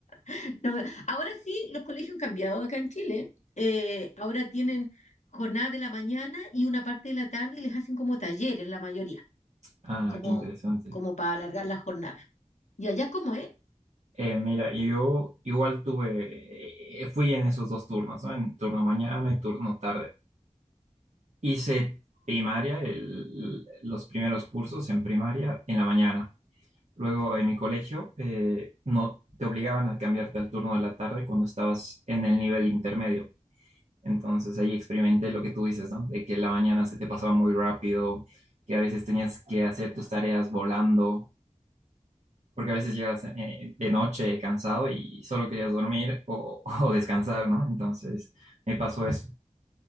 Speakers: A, on the left; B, on the right.
A: <laughs> No me- Ahora sí, los colegios han cambiado acá en Chile. Eh, ahora tienen jornada de la mañana y una parte de la tarde y les hacen como talleres la mayoría
B: ah,
A: como,
B: qué interesante.
A: como para alargar las jornadas Y allá cómo es,
B: Eh, mira, yo igual tuve, eh, eh, fui en esos dos turnos, ¿no? En turno mañana y turno tarde. Hice primaria, el- los primeros cursos en primaria en la mañana. Luego en mi colegio eh, no te obligaban a cambiarte al turno de la tarde cuando estabas en el nivel intermedio. Entonces ahí experimenté lo que tú dices, ¿no? De que la mañana se te pasaba muy rápido, que a veces tenías que hacer tus tareas volando, porque a veces llegas eh, de noche cansado y solo querías dormir o, <laughs> o descansar, ¿no? Entonces me pasó eso.